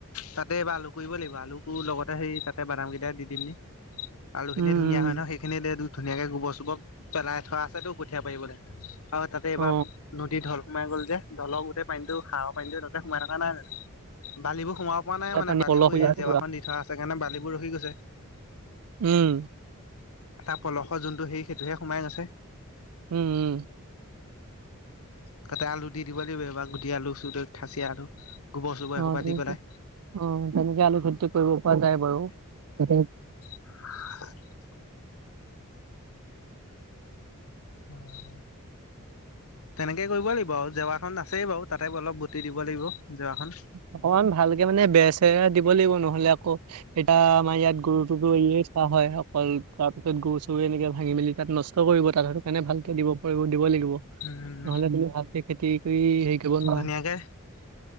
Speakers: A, on the left; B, on the right.
A: তাতেবাৰ আলু কৰিব লাগিব আলু কৰ লগতে সেই তাতে বৰাম ক দা দিদিনম আলু
B: উম
A: খিনি ধুনীয়া হয় ন সেইখিনি ধুনীয়াকে গোবৰ চোবৰ পেলাই থোৱা আছেতো কঠিয়ীয়া পাৰিবলৈ আৰু তাতে এইবাৰ
B: উম অ
A: নদ ঢল সোমাই গ'ল যে ঢলক গোট পানীটো হাৰৰ পানীটোো ততে সোমাই মানে বালিবোৰ সোমও। পোৱা নাই
B: পুৰা
A: মানে
B: পানী
A: বালিবোৰ
B: পলস হৈ
A: এই
B: আছে
A: জেৱাখন
B: পুৰা
A: দি থোৱা আছে কাৰণে বালিবোৰ ৰখি গৈছে।
B: উম।
A: তাৰ পলস যোনটো সেই সেইটোহে সোমাই গৈছে।
B: উম উম
A: তাতে আলু দি দিব লাগিব এইবাৰ গুটি আলু চ খাচি আলু। গোবৰ চোবৰ
B: অ
A: এসোপা
B: ঠিক
A: দি পেলাই
B: অ তেনেকে আলু খেতি কৰিব পৰা যায় বাৰু।
A: হয় উম তেনেকে কৰিব লাগিব আৰু জেৱাখন নাছেই বাৰু তাতে অলপ বতিি দিব লাগিব জেৱাখন
B: অকমান ভালকে মানে বেচে দিব লাগিব নহ'লে আকৌ এয়া আমাৰ ইয়াত গৰুটোোতো এয় চাহ হয় অকল তাৰপিছত গৰু চ এনেকে ভাঙি মেলি তাত নষ্ট কৰিব তাত সেইটো কাৰণে ভালকে দিব পাৰিব দিব লাগিব নহলে
A: উম
B: তুমি ভালক খেতি কৰি হেৰি কৰিব নোৱাৰা
A: ধুনীয়াকে